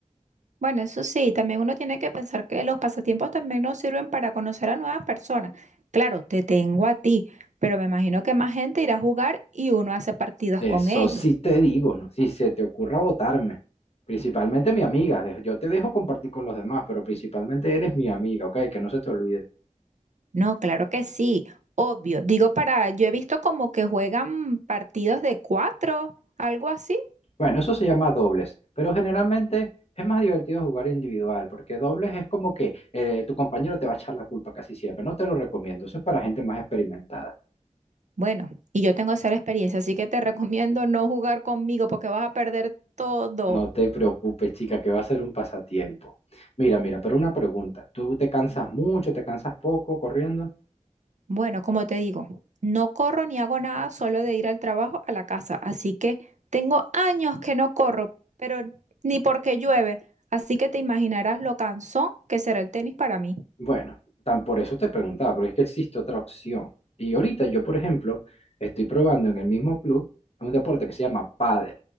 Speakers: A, on the right (about 65°); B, on the left (about 50°).
A: Bueno, eso sí, también uno tiene que pensar que los pasatiempos también nos sirven para conocer a nuevas personas. Claro, te tengo a ti, pero me imagino que más gente irá a jugar y uno hace partidas
B: Eso
A: con ellos.
B: sí te digo, ¿no? Si se te ocurra votarme, principalmente mi amiga, de- yo te dejo compartir con los demás, pero principalmente eres mi amiga, ¿ok? Que no se te olvide.
A: No, claro que sí, obvio. Digo para, yo he visto como que juegan partidos de cuatro, algo así.
B: Bueno, eso se llama dobles, pero generalmente es más divertido jugar individual, porque dobles es como que eh, tu compañero te va a echar la culpa casi siempre, no te lo recomiendo, eso es para gente más experimentada.
A: Bueno, y yo tengo cero experiencia, así que te <laughs> recomiendo no jugar conmigo porque vas a perder todo.
B: No te preocupes, chica, que va a ser un pasatiempo. Mira, mira, pero una pregunta, ¿tú te cansas mucho, te cansas poco corriendo?
A: Bueno, como te digo, no corro ni hago nada solo de ir al trabajo a la casa, así que tengo años que no corro, pero ni porque llueve, así que te imaginarás lo cansón que será el tenis para mí.
B: Bueno, tan por eso te preguntaba, porque es que existe otra opción. Y ahorita yo, por ejemplo, estoy probando en el mismo club un deporte que se llama pádel.